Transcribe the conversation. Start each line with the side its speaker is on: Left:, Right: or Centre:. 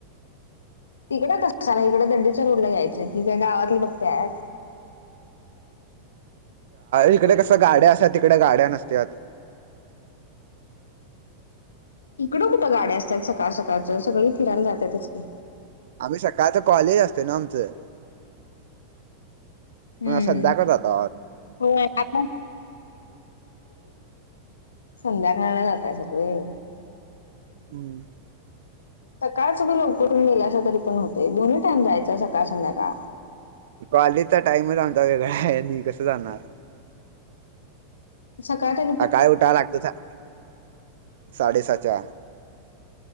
Left: तिकड कशाला इकड दंडीच्या रोडला यायचं ही काय गावातली बघत्यात.
Right: इकड कसं गाड्या असत्यात तिकडं गाड्या नसत्यात.
Left: इकडं कुठं गाड्या असत्यात सकाळ सकाळच सगळी फिरायला जात्यातच की
Right: आम्ही सकाळच कॉलेज असतय ना आमचं
Left: हम.
Right: मग संध्याकाळ जातो
Left: होय आता संध्याकाळला जातायसा व्हय.
Right: हम.
Left: सकाळच तुम्ही लवकरहून गेलासा तरी पण होतय दोन्ही टाईम जायच सकाळ संध्याकाळ
Right: कॉलेजचा टाइमच आमचा वेगळा हाय आणि कसं जाणार.
Left: सकाळचा
Right: सकाळी उठाय लागतंय <inaudible> गाडीला साडेसाच्या.